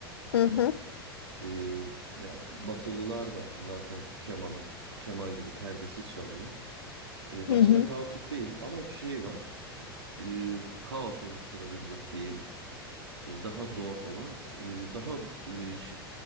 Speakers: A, on the left; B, on the right.
A: Hı
B: Tabii.
A: hı.
B: Ee, ya Batılılar da zaten kemanı keman gibi perdesiz çalıyor. Ee, aslında
A: Hı hı.
B: kaotik değil ama şey var. Ee, kaos oluşturabilecek diyeyim. Ee, daha zor olan, ee, daha ee, ş-